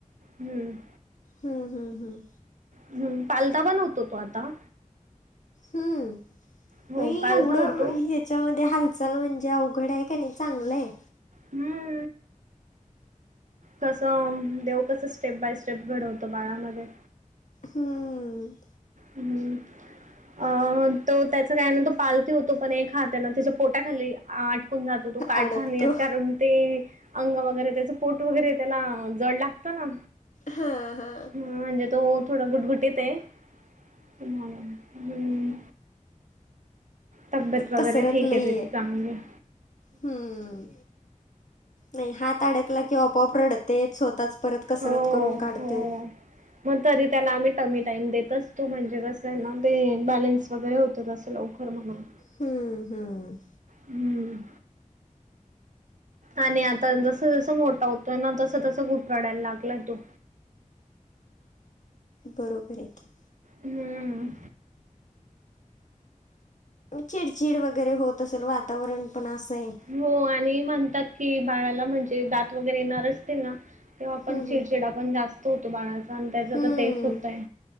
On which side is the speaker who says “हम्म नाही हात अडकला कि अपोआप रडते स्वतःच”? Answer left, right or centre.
Left